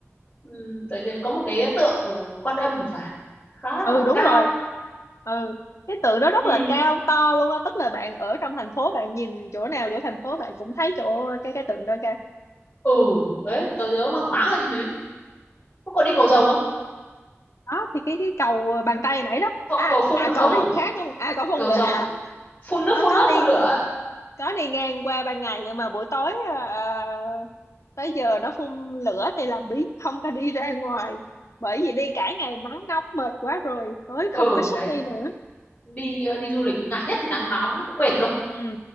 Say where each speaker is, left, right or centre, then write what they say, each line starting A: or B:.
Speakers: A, on the left; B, on the left.
A: ừ, tớ nhớ có một cái tượng quan âm thì phải khá là
B: ừ đúng
A: cao
B: rồi ừ cái tượng đó rất
A: ừ
B: là cao to luôn á tức là bạn ở trong thành phố bạn nhìn chỗ nào chỗ thành phố bạn cũng thấy chỗ cái cái tượng đó kìa
A: ừ đấy tớ nhớ mang máng là như thế có đi cầu rồng không
B: đó thì cái cái cầu bàn tay nãy đó
A: cầu,
B: à
A: cầu phun
B: à
A: không
B: cầu Rồng khác đúng không à cầu Phong
A: cầu
B: Lệ
A: rồng
B: à
A: phun nước
B: có
A: phun
B: có
A: nước
B: đi
A: phun lửa
B: có đi ngang qua ban ngày nhưng mà buổi tối à, à, tới giờ nó phun lửa thì làm biếng không có đi ra ngoài bởi vì đi cả ngày nắng nóng mệt quá rồi tối
A: ừ
B: không có sức
A: đấy
B: đi nữa
A: đi ờ, đi du lịch ngại nhất nắng nóng cũng mệt cơ
B: ừ